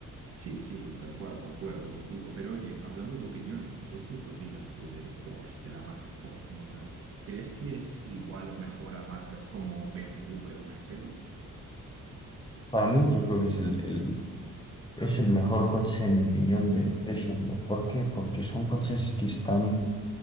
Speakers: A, on the right; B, on the left.
A: Sí, sí, tal cual, concuerdo contigo. Pero oye, hablando de opiniones, ¿qué es lo que opinas tú del Porsche, de la marca Porsche como tal? ¿Crees que es igual o mejor a marcas como BMW o Mercedes?
B: Para mí yo creo que es el, el- es el mejor coche, en mi opinión, de, del mundo. ¿Por qué? Porque son coches que están,